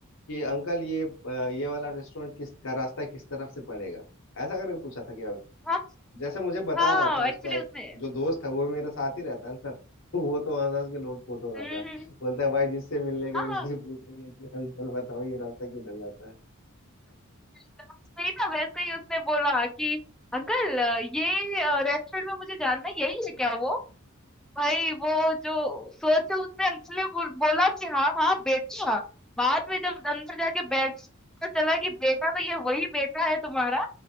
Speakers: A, on the left; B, in the centre.
A: कि अंकल ये अ, ये वाला रेस्टोरेंट किस का रास्ता किस तरफ से पड़ेगा ऐसा करके पूछा था क्या
B: हम
A: जैसे मुझे बता
B: हाँ
A: रहा था उसका
B: एक्चुअली
A: एक
B: उसने
A: जो दोस्त है वो भी मेरे साथ ही रहता है ना <laughs> वो तो हंस हंस के लोटपोट हो रहा
B: हम्म
A: था
B: हम्म,
A: बोलता है भाई जिससे मिलने गए
B: हाँ
A: उसी
B: हाँ
A: से पूछ रही है कि अंकल बताओ ये रास्ता किधर जाता है
B: सही ना वैसे ही उसने बोला कि अंकल ये रेस्टोरेंट में मुझे जानना है, यही है क्या वो भाई वो जो सोचा उसने अंशु ने बोल- बोला कि हाँ हाँ बेटा बाद में जब अंदर जाके बैठ पता चला कि बेटा तो ये वही बेटा है तुम्हारा